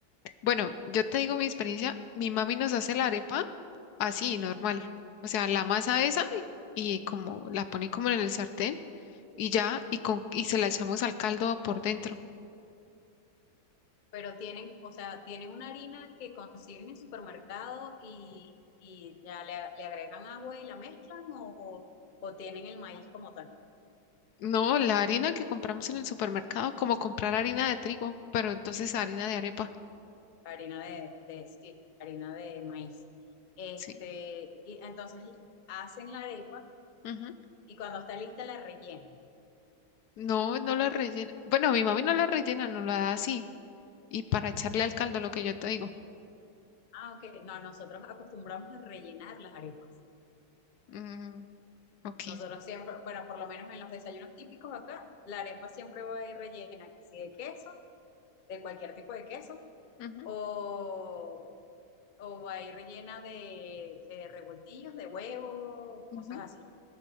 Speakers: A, on the left; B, on the left.
A: Bueno, yo te digo mi experiencia, mi mami nos hace la arepa así, normal. O sea, la masa esa y como la pone como en el sartén y ya, y con y se la echamos al caldo por dentro.
B: Pero tienen, o sea, tienen una harina que consiguen en supermercado y, y ya le, le agregan agua y la mezclan o, o tienen el maíz como tal.
A: No, la harina que compramos en el supermercado, como comprar harina de trigo, pero entonces harina de arepa,
B: harina de, de sí, harina de maíz. Este,
A: sí.
B: y entonces hacen la arepa
A: Ujú.
B: y cuando está lista la rellenan.
A: No, no la rellena. Bueno, mi mami no la rellena, no la da así. Y para echarle al caldo lo que yo te digo.
B: Ah, ok. No, nosotros acostumbramos a rellenar las arepas.
A: Mm, ok.
B: Nosotros siempre, bueno, por lo menos en los desayunos típicos acá, la arepa siempre va a ir rellena, que si de queso, de cualquier tipo de queso,
A: Ujú,
B: o, o va a ir rellena de, de revoltillos, de huevo,
A: ujú.
B: cosas así.